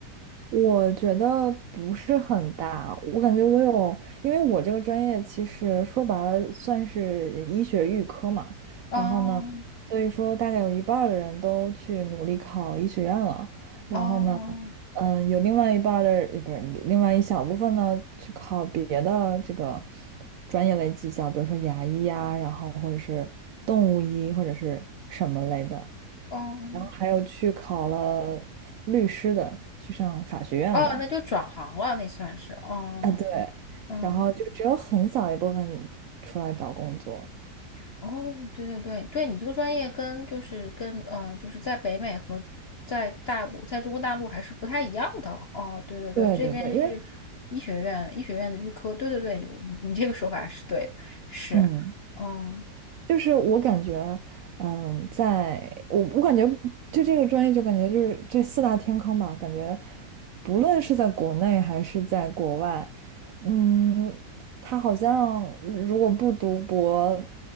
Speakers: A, on the right (about 70°); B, on the left (about 60°).
A: 我觉得不是很大，我感觉我有，因为我这个专业其实说白了算是医学预科嘛，
B: 哦
A: 然后呢，所以说大概有一半儿的人都去努力考医学院了，然后呢。
B: 哦
A: 嗯，有另外一半儿的，呃不是另外一小部分呢，去考别的这个专业类技校，比如说牙医呀、然后或者是动物医或者是什么类的，
B: 哦
A: 然后还有去考了律师的，去上法学院的，
B: 哦，那就转行了，那算是哦
A: 啊对，
B: 嗯
A: 然后就只有很小一部分出来找工作，
B: 哦，对对对对，你这个专业跟就是跟呃，就是在北美和在大陆，在中国大陆还是不太一样的哦。对对对，
A: 对对对，
B: 这边是医学院，
A: 因为。
B: 医学院的预科，对对对，你你这个说法是对的是。
A: 嗯。
B: 嗯，
A: 就是我感觉，嗯，在我我感觉就这个专业，就感觉就是这四大天坑吧，感觉不论是在国内还是在国外，嗯，他好像如果不读博、